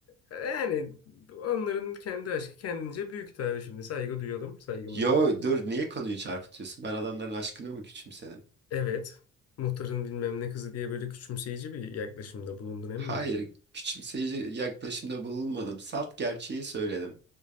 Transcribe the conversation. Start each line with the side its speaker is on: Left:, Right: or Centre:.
Left: Yani onların kendi aşkı kendince büyük tabii şimdi saygı duyalım saygımızı.
Right: Yo
Left: ko-
Right: dur niye konuyu çarpıtıyorsun? Ben adamların aşkını mı küçümsedim?
Left: Evet muhtarın bilmem ne kızı diye böyle küçümseyici bir yaklaşımda bulundun emin
Right: Hayır
Left: mi?
Right: küçümseyici yaklaşımda bulunmadım. Salt gerçeği söyledim.